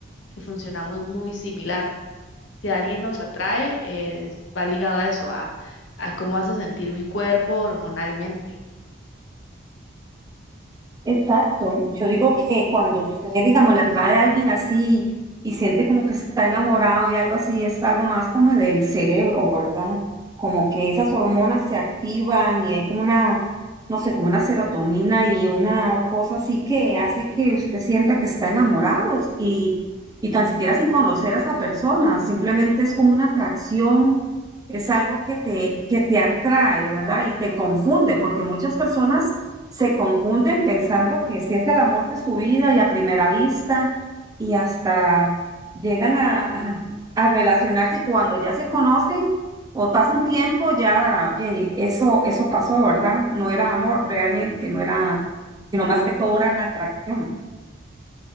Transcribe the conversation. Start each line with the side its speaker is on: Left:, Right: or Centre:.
Left: que funcionamos muy similar. Si alguien nos atrae, eh, va ligado a eso, a, a cómo hace sentir mi cuerpo hormonalmente.
Right: Exacto. Yo digo que cuando usted, digamos, le atrae a alguien así y siente como que está enamorado y algo así, es algo más como del cerebro, ¿verdad? Como que esas hormonas se activan y hay como una, no sé, como una serotonina y una cosa así que hace que usted sienta que está enamorado y, y tan siquiera sin conocer a esa persona, simplemente es como una atracción. Es algo que te, que te atrae, ¿verdad? Y te confunde, porque muchas personas se confunden pensando que si es el amor de su vida y a primera vista y hasta llegan a, a- a relacionarse y cuando ya se conocen o pasa un tiempo, ya, ya, y eso, eso pasó, ¿verdad? No era amor realmente, no era, sino más que todo era una atracción.